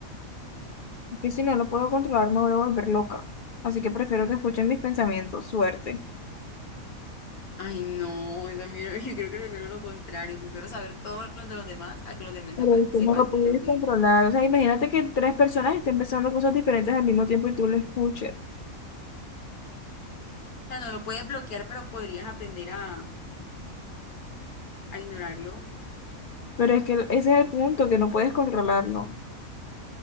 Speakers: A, on the left; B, on the left.
A: Es que si no lo puedo controlar, me voy a volver loca. Así que prefiero que escuchen mis pensamientos, suerte.
B: Ay, no, esa mierda, <laughs> yo creo que prefiero lo contrario, prefiero saber todo lo de los demás a que los demás
A: Pero
B: sepa-
A: es que
B: sepan
A: no lo puedes
B: todo lo mío.
A: controlar. O sea, imagínate que tres personas estén pensando cosas diferentes al mismo tiempo y tú lo escuches.
B: O sea, no lo puedes bloquear, pero podrías aprender a, a ignorarlo.
A: Pero es que ese es el punto, que no puedes controlarlo.